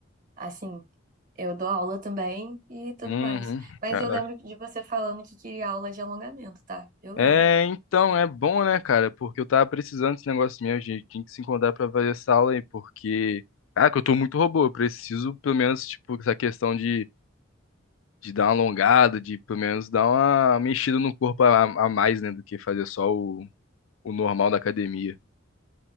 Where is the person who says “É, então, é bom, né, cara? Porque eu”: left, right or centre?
Left